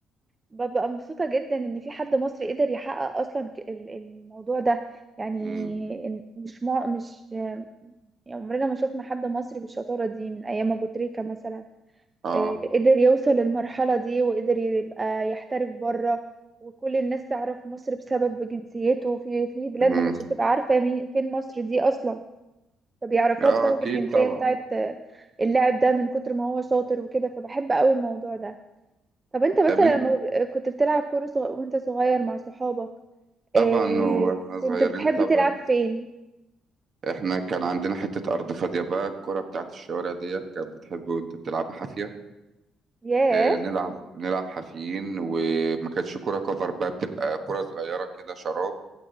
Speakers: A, on the right (about 25°); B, on the right (about 55°).
A: ببقى مبسوطة جدا ان في حد مصري قدر يحقق اصلا ك- ال- الموضوع ده يعني
B: امم
A: إن- مش مع... مش يعني عمرنا ما شفنا حد مصري بالشطارة دي من ايام ابو تريكة مثلا
B: اه
A: آه، قدر يوصل للمرحلة دي وقدر يبقى يحترف بره وكل الناس تعرف مصر بسبب جنسيته في في بلاد
B: امم
A: ما كانتش بتبقى عارفة مين فين مصر دي اصلا فبيعرفوها
B: اه
A: بسبب
B: اكيد
A: الجنسية
B: طبعا
A: بتاعت اللاعب ده من كتر ما هو شاطر وكده فبحب قوي الموضوع ده طب انت مثلا
B: طب
A: لما كنت بتلعب كورة صغ... وانت صغير مع صحابك
B: طبعا
A: اه...
B: واحنا صغيرين
A: كنت بتحب
B: طبعا
A: تلعب فين؟
B: احنا كان عندنا حتة أرض فاضية بقى الكرة بتاعت الشوارع دي كانت بتحب وانت بتلعب حافية
A: ياه
B: اه نلعب نلعب حافيين وما كانتش كرة كفر بقى بتبقى كرة صغيرة كده شراب